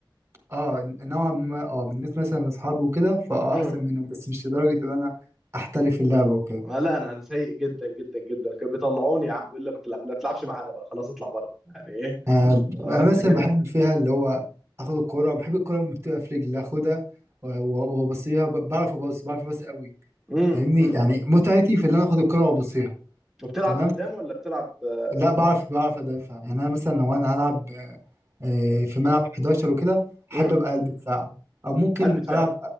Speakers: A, on the right; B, in the centre.
A: اه نوعا ما اه بالنسبة مثلا لأصحابي وكده فاه
B: امم
A: أحسن منهم بس مش لدرجة إن أنا أحترف اللعبة وكده
B: آه، لا انا انا سيء جدا جدا جدا كانوا بيطلعوني يا عم بيقول لي ما تلعب لا بتلعبش معانا بقى خلاص اطلع بره يعني ايه
A: آه،
B: قصدك
A: انا مثلا
B: كده
A: بحب فيها اللي هو اخد الكرة بحب الكرة لما بتبقى في رجلي اخدها و- و- وابصيها ب- بعرف ابص بعرف ابص قوي
B: امم
A: فاهمني
B: امم
A: يعني متعتي في اللي انا اخد الكرة وابصيها
B: وبتلعب
A: تمام
B: قدام ولا بتلعب آه،
A: لا بعرف بعرف ادافع يعني انا مثلا لو انا هلعب آه، آه، في ملعب 11 وكده احب
B: امم
A: ابقى قلب دفاع او ممكن
B: قلب دفاع
A: العب